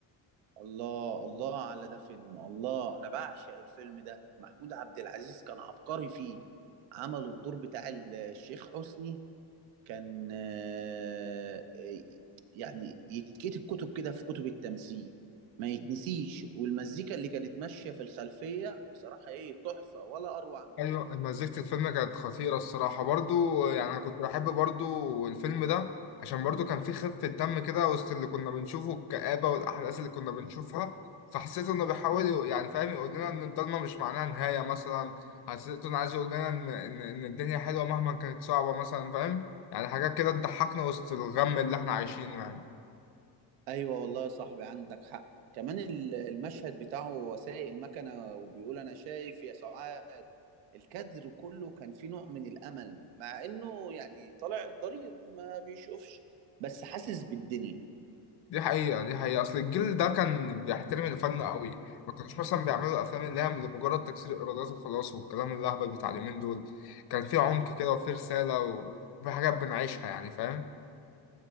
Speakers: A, on the right; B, on the left.
A: الله الله على ده فيلم الله انا بعشق الفيلم ده محمود عبد العزيز كان عبقري فيه عمل الدور بتاع ال- الشيخ حسني كان آه، يعني يتكتب كتب كده في كتب التمثيل ما يتنسيش والمزيكا اللي كانت ماشية في الخلفية بصراحة ايه تحفة ولا اروع من
B: ايوه
A: كده
B: مزيكة الفيلم كانت خطيرة الصراحة برضو يعني انا كنت بحب برضو الفيلم ده عشان برضو كان فيه خفة دم كده وسط اللي كنا بنشوفه الكآبة والاحداث اللي كنا بنشوفها فحسيت انه بيحاول يق- يعني فاهم يقول لنا ان الضلمة مش معناها نهاية مثلا حسيت انه عايز يقول لنا ان ان إن الدنيا حلوة مهما كانت صعبة مثلا فاهم يعني حاجات كده تضحكنا وسط الغم اللي احنا عايشينه يعني
A: ايوه والله يا صاحبي عندك حق كمان ال- المشهد بتاعه وهو سايق المكنه وبيقول انا شايف يا سعاد الكادر كله كان فيه نوع من الامل مع انه يعني طالع الضرير ما بيشوفش بس حاسس بالدنيا
B: دي حقيقة دي حقيقة أصل الجيل ده كان بيحترم الفن قوي ما كانوش مثلا بيعملوا الأفلام اللي هي لمجرد تكسير الإيرادات وخلاص والكلام الأهبل بتاع اليومين دول كان في عمق كده وفي رسالة وفي حاجات بنعيشها يعني فاهم